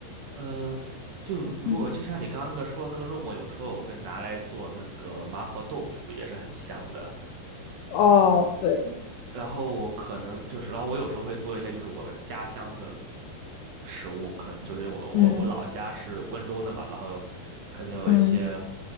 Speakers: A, on the right; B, on the left.
A: 呃，就如果就像你刚刚那个说的那个肉末，
B: 嗯
A: 有时候我会拿来做那个麻婆豆腐，也是很香的。
B: 哦，对，
A: 然后我可能就是，然后我有时候会做一些就是我家乡的食物，可能就是我我我老家是温州的嘛，
B: 嗯
A: 然后可能有一些
B: 嗯